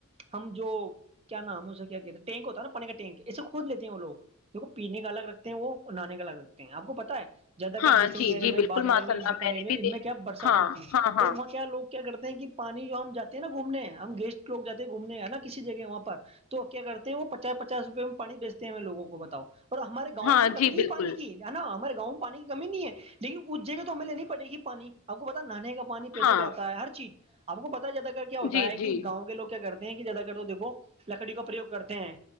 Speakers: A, on the right (about 30°); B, on the left (about 75°).
A: ہم جو- کیا نام اسے کیا کہتا ٹینک ہوتا نا پانی کاٹینک ایے کھود لیتے ہیں وہ لوگ- جو کو پینے کا الگ رکھتے ہیں وہ نہانے کا الگ رکھتے ہیں آپ کو پتا ہے- زیادہر
B: ہاں
A: جیسلمیر
B: جی جی
A: میں
B: بالکل
A: باڑمیر
B: ماشاء
A: میں
B: اللہ
A: بیکانیر
B: نے
A: میں
B: بھی
A: ان
B: دے
A: میں کیا برسات
B: ہاں
A: نہیں ہوتی ہے
B: ہاں ہاں
A: تو وہاں کیا لوگ- کیا کرتے ہیں کہ پانی جو ہم جاتے ہیں نا گھومنے ہم گیسٹ لوگاتے ہیں گھومنے ہیں ہے نا کسی جگہ وہاں پر- تو کیا کرتے ہیں وہ پچاس پچاس روپئے میں پانی بیچتے ہیں ہمیں لگوں کو بتاؤ- اور ہمارے گاؤں
B: ہاں
A: میں کمی
B: جی بالکل
A: ت پانی کی- نا ہمارے گاؤں میں پانی کی کمی نہیں ہے لیکن اسھ جگہ تو ہمیں لینی پڑے گی پانی- آ کو پتا نہانے کا پانی پیسوں
B: ہاں
A: کا آتا ہے, ہر چیز آ کو پتا جیاد کر کیا ہوتا
B: جی
A: ہے کہ
B: جی
A: گاؤں کے لگ- کرتے ہیں کہ زیادہ تر تو دیکو لکڑی کا پرریوگ کرتے ہیں